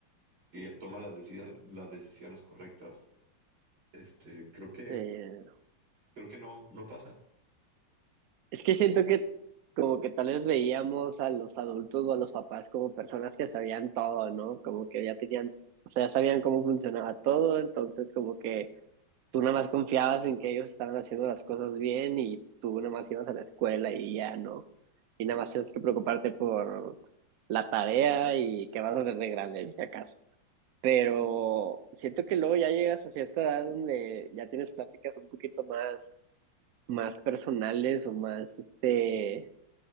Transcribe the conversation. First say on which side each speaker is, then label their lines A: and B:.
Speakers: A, on the right (about 85°); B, on the right (about 60°).
A: que toma las, deci- las decisiones correctas. Este, creo que
B: eh,
A: creo que no, no pasa.
B: Es que siento que como que tal vez veíamos a los adultos o a los papás como personas que sabían todo, ¿no? Como que ya tenían, o sea, ya sabían cómo funcionaba todo, entonces como que tú nada más confiabas en que ellos estaban haciendo las cosas bien y tú nada más ibas a la escuela y ya, ¿no? Y nada más tienes que preocuparte por la tarea y qué vas a hacer de grande, si acaso. Pero siento que luego ya llegas a cierta edad donde ya tienes pláticas un poquito más, más personales o más, este